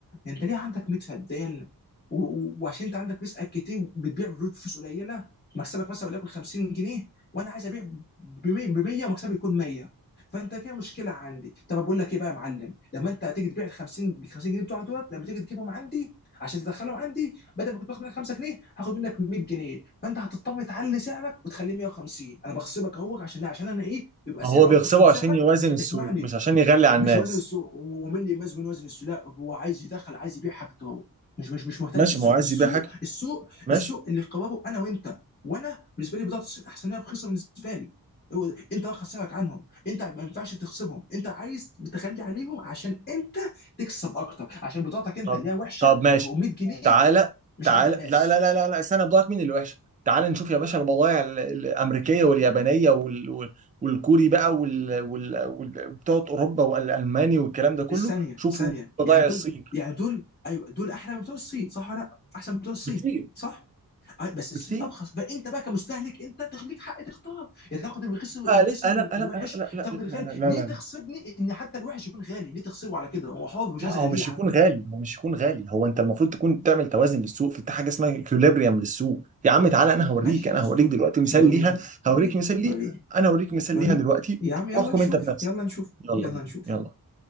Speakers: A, on the left (about 30°); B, on the right (about 20°).
A: انت ليه عندك 100 فدان و- و- وعشان انت عندك رزقك كتير بتبيع بفلوس قليله مكسبك مثلا وليكن 50 جنيه وانا عايز ابيع ب 100 ومكسبي يكون 100 فانت فيها مشكله عندي طب بقول لك ايه بقى يا معلم لما انت هتيجي تبيع ال 50 ب 50 جنيه بتوعك دولت لما تيجي تجيبهم عندي عشان تدخلهم عندي بدل ما كنت باخد منك 5 جنيه هاخد منك 100 جنيه فانت هتضطر تعلي سعرك وتخليه 150 انا بخصبك اهو عشان عشان انا ايه يبقى
B: هو
A: سعري
B: بيغصبه
A: ارخص من سعرك
B: عشان يوازن السوق
A: اسمعني
B: مش عشان يغلي على
A: مش
B: الناس
A: وزن السوق ومين اللي يميز بين وزن السوق لا هو عايز يدخل عايز يبيع حاجته هو مش مش مش مهتم
B: ماشي
A: بالسوق
B: ما هو عايز
A: السوق
B: يبيع حاجته
A: السوق
B: ماشي
A: السوق اللي قراره انا وانت وانا بالنسبه لي بضاعه الصين احسن هي رخيصه بالنسبه لي هو ده. انت واخد سعرك عنهم انت ما ينفعش تخصمهم انت عايز بتخلي عليهم عشان انت تكسب اكتر عشان بضاعتك انت
B: طب
A: اللي هي وحشه
B: طب ماشي
A: و100 جنيه
B: تعالى
A: مش
B: تعالى
A: عاجبه الناس
B: لا لا لا لا لا استنى بضاعة مين اللي وحشة تعالى نشوف يا باشا البضائع ال- الأمريكية واليابانية وال... وال- والكوري بقى وال... وال... وال... بتوع أوروبا والألماني والكلام ده كله
A: الثانيه
B: شوفوا
A: ثانيه
B: بضائع
A: يعني دول
B: الصين
A: يعني دول ايوه دول احلى من بتوع الصين صح ولا لا احسن من بتوع الصين
B: بكتير
A: صح آه، بس
B: بكتير
A: الصين ارخص فانت بقى كمستهلك انت تخ- ليك حق تختار يا تاخد الرخيص الرخيص
B: آه لسه
A: ال-
B: لا لا
A: الوحش
B: لا لا لا
A: تاخد الغالي
B: لا لا لا
A: ليه
B: لا
A: تخصبني ان حتى الوحش يكون غالي ليه تخصبه على كده هو حر مش
B: لا
A: عايز اغليه
B: هو مش
A: يا عم
B: يكون غالي هو مش يكون غالي هو انت المفروض تكون تعمل توازن للسوق في حاجه اسمها اكيوليبريم للسوق يا عم تعالى انا هوريك
A: ماشي
B: انا
A: يا اسطى
B: هوريك دلوقتي مثال
A: وريني
B: ليها
A: وريني
B: هوريك مثال ليها
A: وريني
B: انا هوريك مثال
A: وريني
B: ليها دلوقتي
A: يا
B: وتروحكم
A: عم يلا نشوف
B: انت بنفسك
A: يلا نشوف
B: يلا
A: يلا نشوف
B: يلا